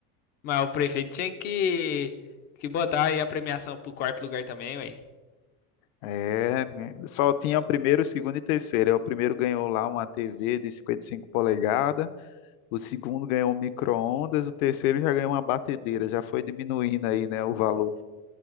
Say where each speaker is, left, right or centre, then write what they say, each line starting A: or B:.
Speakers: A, on the left; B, on the left.
A: Mas o prefeito tinha que, que botar aí a premiação pro quarto lugar também, ué.
B: É, né? Só tinha o primeiro, o segundo e o terceiro. Aí O primeiro ganhou lá uma TV de 55 polegadas, o segundo ganhou um micro-ondas, o terceiro já ganhou uma batedeira, já foi diminuindo aí, né, o valor.